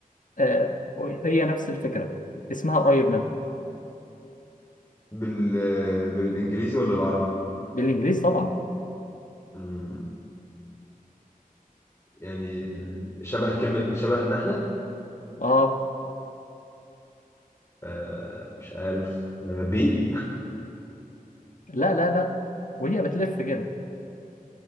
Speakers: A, on the left; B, on the left.
A: آه. هي نفس الفكرة اسمها قريب
B: بال... بالإنجليزي ولا العربي؟
A: بالانجليزي طبعا
B: مم، يعني شبه كلمة شبه النحلة
A: اه
B: آه مش عارف آه بي
A: لا لا لا وهي بتلف كده